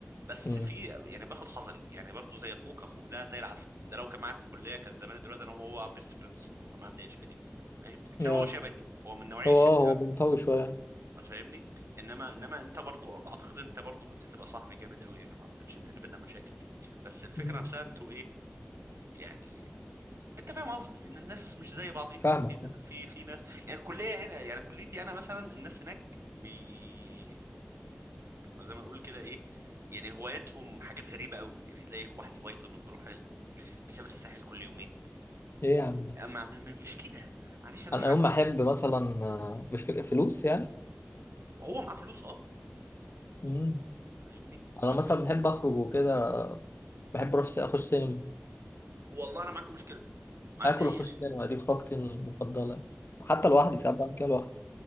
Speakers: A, on the right (about 85°); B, on the left (about 60°).
A: بس
B: امم
A: في يعني باخد حذري يعني برضو زي اخوك اخوك ده زي العسل ده لو كان معايا في الكلية كان زمان دلوقتي انا وهو بيست فريندز والله ما عندي اي اشكالية فاهم عشان
B: يا
A: هو شبهي هو من نوعية
B: هو
A: شبه
B: اه هو منطوي شوية
A: فاهمني انما انما انت برضو بعتقد انت برضو كنت هتبقى صاحبي جامد قوي انا ما اعتقدش ان احنا بينا مشاكل بس الفكره
B: مم.
A: نفسها انتوا ايه يعني انت فاهم قصدي ان الناس مش زي بعضيها
B: فاهمك
A: في
B: آه.
A: في في ناس يعني الكليه هنا يعني كليتي انا مثلا الناس هناك بي زي ما اقول كده ايه يعني هواياتهم حاجات غريبه قوي يعني تلاقي واحد هوايته انه بيروح ال... بيسافر الساحل كل يومين
B: ايه يا عم ده
A: اما ما ما- مش كده ما- معلش انا
B: انا
A: مش معايا
B: يوم
A: فلوس
B: ما احب مثلا آه، مش فكره فلوس يعني
A: هو معاه فلوس اه
B: مم.
A: فاهمني
B: انا
A: فالف-
B: مثلا بحب اخرج وكده بحب اروح س- اخش سينما
A: والله انا ما عندي مشكله ما
B: واكل
A: عندي اي
B: واخش
A: شيء،
B: سينما دي خروجتي المفضله حتى لوحدي ساعات بعمل كده لوحدي